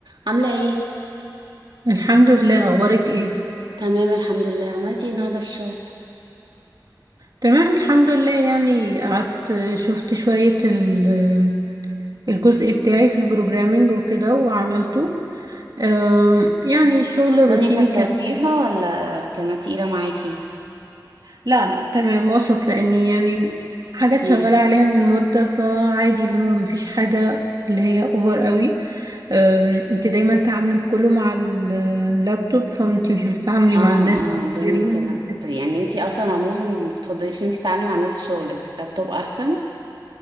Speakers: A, on the right (about 75°); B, on the right (about 55°).
A: عاملة ايه؟
B: الحمد لله اخبارك ايه
A: تمام الحمد لله عملتي ايه النهاردة في الشغل؟
B: تمام الحمد لله يعني قعدت شفت شوية ال- الجزء بتاعي في البروجرامينج وكده وعملته أم، يعني الشغل الروتيني
A: الدنيا كانت
B: كالعادة
A: لطيفة ولا كانت تقيلة معاكي؟
B: لا لا تمام وسط لاني يعني حاجات
A: مم.
B: شغالة عليها من مدة فعادي اللي هو مفيش حاجة اللي هي اوفر قوي أم، انت دايما تعاملي كله مع اللابتوب فانت مش بتتعاملي
A: اه
B: مع الناس كتير
A: اه الدنيا
B: يعني
A: كانت يعني انتي اصلا عموما ما بتفضليش ان انتي تتعاملي مع الناس في شغلك لابتوب احسن؟